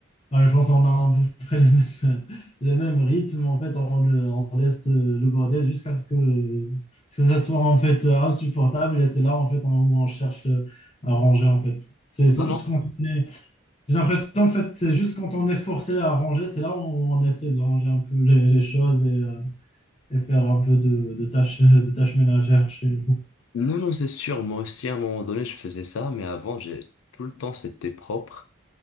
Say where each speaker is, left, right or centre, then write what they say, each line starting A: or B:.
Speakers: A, on the left (about 30°); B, on the left (about 75°).
A: Bah, je pense qu'on a à peu près le même, <laughs> le même rythme. En fait, on, le- on laisse euh, le bordel jusqu'à ce que, que ça soit en fait euh, insupportable. Et c'est là en fait on- où on cherche euh, à ranger en fait. C'est c'est
B: Non,
A: juste
B: non.
A: quand on est... J'ai l'impression en fait c'est juste quand on est forcé à ranger, c'est là où on essaie de ranger un peu les, les choses et, euh, et faire un peu de, de tâches, de tâches ménagères chez nous.
B: Non, non, c'est sûr, moi aussi à un moment donné je faisais ça, mais avant j'ai tout le temps c'était propre.